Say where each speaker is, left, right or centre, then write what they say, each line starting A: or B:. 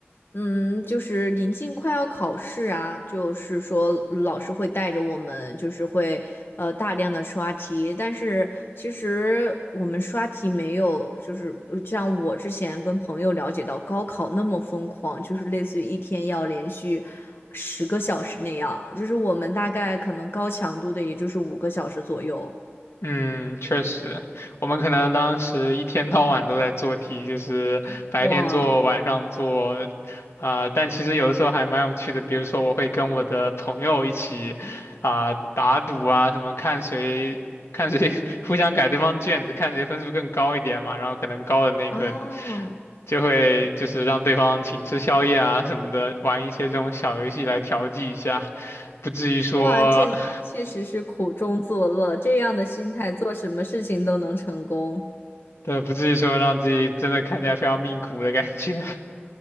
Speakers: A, on the left (about 60°); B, on the left (about 85°).
A: 嗯，就是临近快要考试啊，就是说老师会带着我们，就是会呃大量的刷题，但是其实我们刷题没有，就是呃像我之前跟朋友了解到高考那么疯狂，就是类似于一天要连续十个小时那样，就是我们大概可能高强度的也就是五个小时左右。
B: 嗯，确实，我们可能当时一天到晚都在做题，就是白天做，
A: 哇
B: 晚上做，啊、但其实有的时候还蛮有趣的。比如说，我会跟我的朋友一起啊、打赌啊，什么看谁看谁 <laughs> 互相改对方卷子，看谁分数更高一点嘛。然后可能高的那个
A: 啊！
B: 就会就是让对方请吃宵夜啊什么的，玩一些这种小游戏来调剂一下。不至于说，
A: 哇，这确实是苦中作乐，
B: <laughs>
A: 这样的心态做什么事情都能成功，
B: 对，不至于说让自己真的看起来非常命苦的感觉。